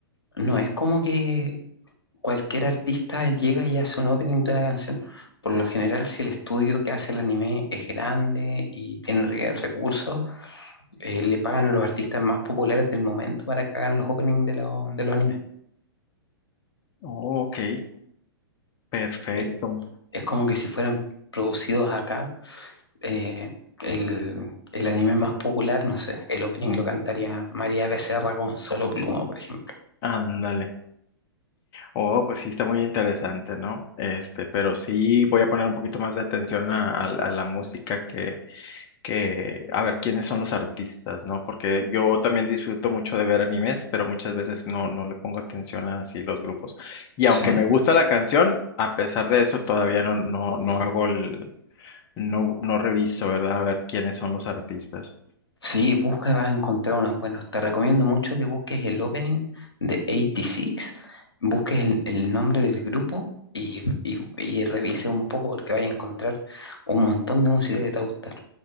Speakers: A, on the left; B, on the left.
A: No es como que cualquier artista llega y hace un opening de una canción. Por lo general, si el estudio que hace el anime es grande y tiene re- recursos, eh, le pagan a los artistas más populares del momento para que hagan los openings de, los- de los animes.
B: ok, perfecto.
A: Eh, Es como que si fueran producidos acá, eh, el, el anime más popular, no sé, el opening lo cantaría María Becerra con Solo Pluma, por ejemplo.
B: Ándale. Oh, pues sí, está muy interesante, ¿no? Este, pero sí voy a poner un poquito más de atención a, a- a la música que, que a ver quiénes son los artistas, ¿no? Porque yo también disfruto mucho de ver animes, pero muchas veces no, no le pongo atención a así los grupos. Y
A: Sí.
B: aunque me gusta la canción, a pesar de eso todavía no, no, no hago el, no, no reviso, ¿verdad? A ver quiénes son los artistas.
A: Sí, busca, vas a encontrar unos buenos. Te recomiendo mucho que busques el opening de 86, busques el, el nombre del grupo y, y, y revises un poco porque vas a encontrar un montón de música que te va a gustar.